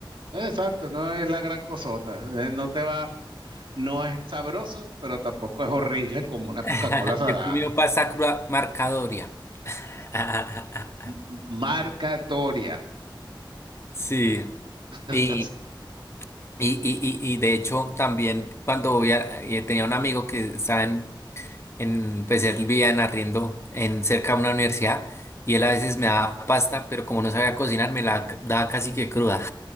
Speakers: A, on the right; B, on the left.
A: Exacto, no es la gran cosota. eh, No te va, no es sabroso, pero tampoco es horrible como una
B: <laughs>
A: Coca-Cola salada.
B: Yo he comido pasta cruda marcadoria. <laughs>
A: M- Marca Doria.
B: Sí.
A: <laughs>
B: Y, y, y, y, y de hecho, también cuando voy a- eh, tenía un amigo que estaba en, en, pues él vivía en arriendo en cerca de una universidad y él a veces me daba pasta, pero como no sabía cocinar, me la c- daba casi que cruda.